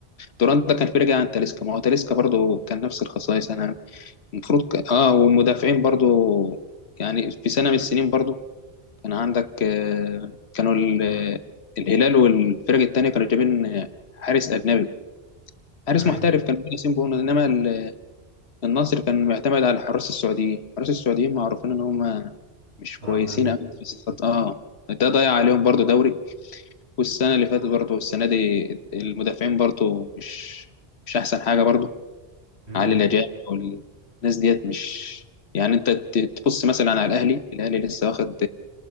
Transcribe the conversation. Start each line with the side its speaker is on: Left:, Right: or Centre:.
Left: دوران ده كان فرق عن تاليسكا ما هو تاليسكا برضه كان نفس الخصائص يعني المفروض ك... اه والمدافعين برضه يعني في سنة من السنين برضه كان عندك آه، كانوا ال- آه، الهلال والفرق التانية كانوا جايبين آه، حارس أجنبي حارس
Right: اي
Left: محترف كان ياسين بونو إنما ال- النصر كان معتمد على حراس السعوديين حراس السعوديين معروفين إن هم مش
Right: طبعا
Left: كويسين أوي في الصفات آه ده ضيع عليهم برضو دوري والسنة اللي فاتت برضو والسنة دي المدافعين برضو مش مش أحسن حاجة برضو
Right: امم
Left: علي الأجانب والناس ديت مش يعني أنت ت- تبص مثلا على الأهلي الأهلي لسه واخد